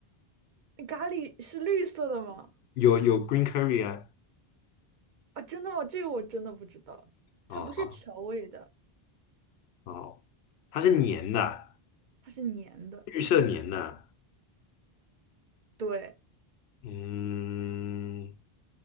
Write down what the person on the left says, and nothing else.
有有 green curry 啊，
哦。
哦，它是粘的，
绿色粘的，
嗯，